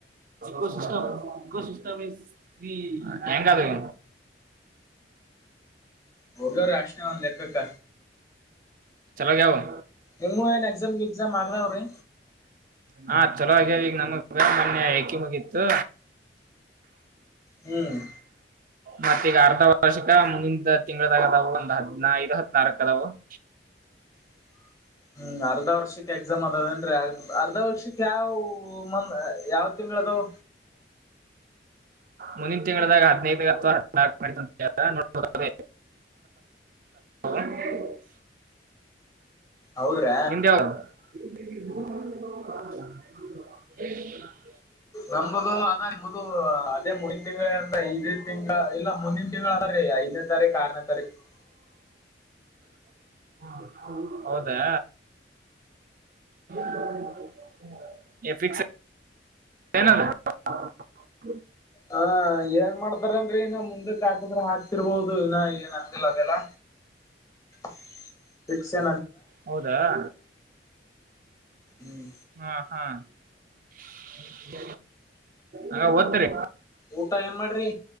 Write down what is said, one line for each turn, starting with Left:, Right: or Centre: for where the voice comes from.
Right: ಕೊಸಷ್ಟತ <unintelligible> ಕಷುಿಸ್ತ ಮ ಈ ಎಂಗಾದ <inaudible>
Left: ಹೋಗವ್ರೆ ಅಷ್ಟೇ ಒಂದ್ ಲೆಕ್ಕಕ್ಕ
Right: ಚಲೋಆಗ್ಯಾವು
Left: ನಿಮ್ಮ ಏನ್ ಎಕ್ಸಾಮ್ ಗಿಕ್ಸಾಮ್ ಆಗ್ರ ಅವ್ರಿ
Right: ಹಾ ಚಲೋ ಆಗ್ಯಾವ ಈಗ ನಮಗ ಮೊನ್ನೆ ಎಏಕಿ ಮುಗಿತ್ತು
Left: ಹ್ಮ್
Right: ಮತ್ತ ಈಗ ಅರ್ಧ ವಾರ್ಷಿಕ ಮುಂದಿನ ತಿಂಗಳದಾಗ ಅದಾವ ಒಂದ್ ಹದ್ನ ದು ಹದ ನಾರಕ್ ಅದಾವ <inaudible>
Left: <inaudible> ಹ್ಮ್ ಅರ್ಧ ವರ್ಷಕ್ಕೆ ಎಕ್ಸಾಮ್ ಅದದೇನ್ ಅರ್ಧ ವರ್ಷಕ್ಕೆ ಯಾವ ಮಂದ ಯಾವ್ ತಿಂಗಳದವ್
Right: ಮುಂದಿನ ತಿಂಗಳದಾಗ ಹದಿನೈದ ಅಥವಾ ಹದಲ್ಕು <unintelligible> <unintelligible>
Left: <inaudible> ಹೌದ್ರಾ
Right: ನಿಮ್ದ <inaudible>
Left: ನಂಬುದು ಅದ ನಿಮ್ದು ಅದೇ ಮುಂದಿನ ತಿಂಗಳುಗಳಂದ್ರ ಐದು ತಿಂಗಳು ಇಲ್ಲ ಮುಂದಿನ ತಿಂಗಳ ಅಣ್ರೀ ಐದನೇ ತಾರೀಕ್ು ಆರನೇ ತಾರೀಕು <inaudible>
Right: <inaudible> ಹೌದಾ <inaudible> ಎಫಿಕ್ಸ್ ಏನದ <unintelligible>
Left: ಹ ಏನ್ ಮಾಡ್ತಾರನ್ರಿ ನ ಮುಂದಕ್ಕೆ ಹಾಕಿದ್ರ ಹಾಕ್ತಿರ್ಬೋದು ಇನ್ನ ಏನ್ ಅಂದಿಲ್ಲ ಅದೆಲ್ಲ <unintelligible> ರಿಕ್ಷಾ
Right: ಹೌದಾ <inaudible>
Left: ಹ್ಮ್
Right: ಹಾ ಹಾ <inaudible> ಅಂಗಾರೆ ಓದ್ತಿರಿ
Left: ಊಟ ಏನ್ ಮಾಡ್ರಿ